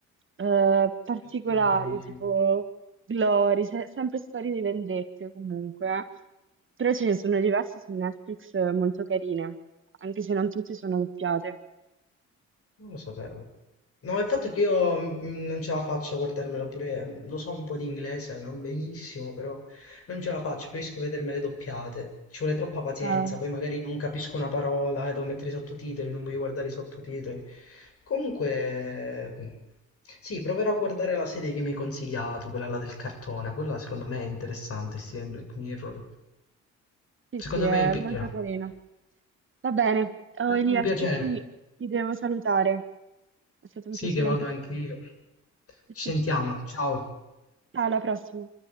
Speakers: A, on the right; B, on the left.
A: eh, particolari,
B: più spinta dici.
A: tipo Glory, se- sempre storie di vendette comunque. eh. Però ce ne sono diverse su Netflix eh, molto carine, anche se non tutte sono doppiate.
B: Non lo sapevo. No, il fatto è che io mm, non ce la faccio a guardarmelo pure, lo so un po' di inglese, non benissimo, però non ce la faccio, preferisco vedermele doppiate. Ci vuole troppa pazienza,
A: Eh,
B: poi magari non capisco una parola e devo mettere i sottotitoli, non voglio guardare i sottotitoli. Comunque, sì, proverò a guardare la serie che mi hai consigliato, quella là del cartone, quella secondo me è interessante, sì, in Black Mirror.
A: Sì,
B: Secondo
A: sì, è
B: me mi piacerà.
A: molto carino.
B: È
A: Va bene. Oh,
B: stato
A: Elia,
B: un piacere.
A: scusami, ti devo salutare. È stato un
B: Sì,
A: piacere
B: che vado
A: anche per
B: anch'io.
A: me.
B: Ci
A: <laughs>
B: sentiamo, ciao.
A: Ciao, alla prossima.